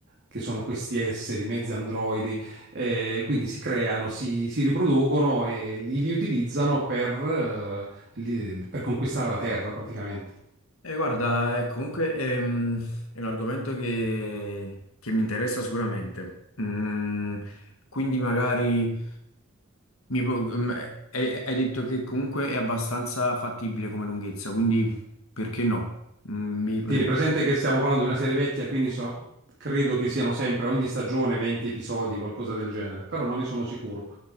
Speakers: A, on the right; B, on the left.
A: che sono questi esseri, mezzi androidi, eh, quindi si creano, si, si riproducono e li, li utilizzano per, eh, li- per conquistare la Terra praticamente.
B: E guarda, eh, comunque ehm, è, un argomento che, che mi interessa sicuramente. Mm, quindi magari mi pu- mm, eh, hai, hai detto che comunque è abbastanza fattibile come lunghezza, quindi perché no? Mm, mi potrebbe...
A: Tieni presente che stiamo parlando di una serie vecchia, quindi so- credo che siano sempre ogni stagione 20 episodi, qualcosa del genere, però non ne sono sicuro,